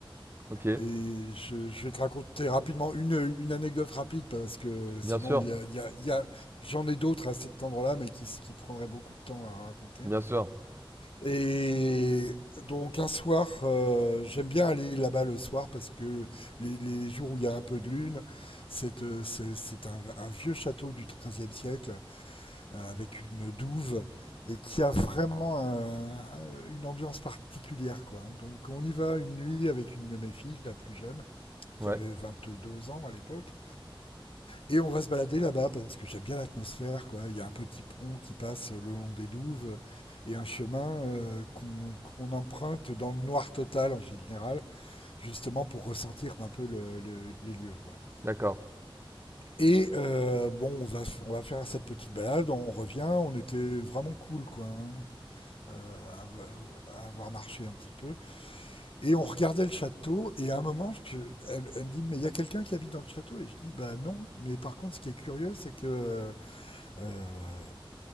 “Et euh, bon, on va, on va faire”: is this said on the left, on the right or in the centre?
Left